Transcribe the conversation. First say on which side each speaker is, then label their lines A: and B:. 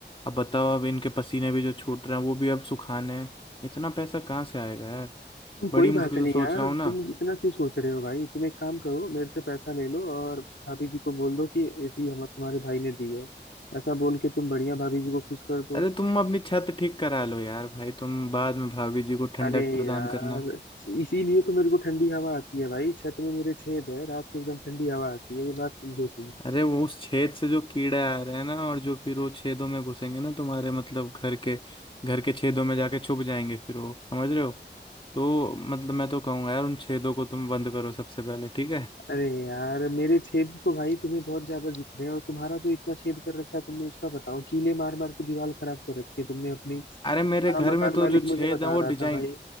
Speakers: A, on the left; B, on the left.
A: अब बताओ अब इनके पसीने भी जो छूट रहे हैं वो भी अब सुखाने हैं इतना पैसा कहाँ से आएगा यार
B: तुम कोई
A: बड़ी मुश्किल
B: बात नहीं
A: से सोच
B: यार
A: रहा हूँ ना
B: तुम इतना क्यों सोच रहे हो भाई तुम एक काम करो मेरे से पैसा ले लो और भाभी जी को बोल दो कि एसी हम तुम्हारे भाई ने दी है ऐसा बोल के तुम बढ़िया भाभी जी को खुश कर दो
A: अरे तुम अपनी छत ठीक करा लो यार भाई तुम बाद में भाभी जी को ठंडक
B: अरे
A: प्रदान
B: यार
A: करना
B: इसीलिए तो मेरे को ठंडी हवा आती है भाई छत में मेरे छेद है रात को एकदम ठंडी हवा आती है ये बात समझो तुम
A: अरे वो उस छेद से जो कीड़े आ रहे हैं ना और जो फिर वो छेदों में घुसेंगे ना तुम्हारे मतलब घर के घर के छेदों में जाके छुप जाएंगे फिर वो समझ रहे हो तो मतलब मैं तो कहूंगा यार उन छेदों को तुम बंद करो सबसे पहले ठीक है
B: अरे यार मेरे छेद तो भाई तुम्हें बहुत ज्यादा दिख रहे हैं और तुम्हारा जो इतना छेद कर रखा है तुमने उसका बताओ कीले मार मार के दीवार खराब कर रखी है तुमने अपनी तुम्हारा
A: अरे मेरे घर
B: मकान
A: में तो
B: मालिक
A: जो छेद
B: मुझे बता
A: है वो
B: रहा
A: डिजाइन
B: था भाई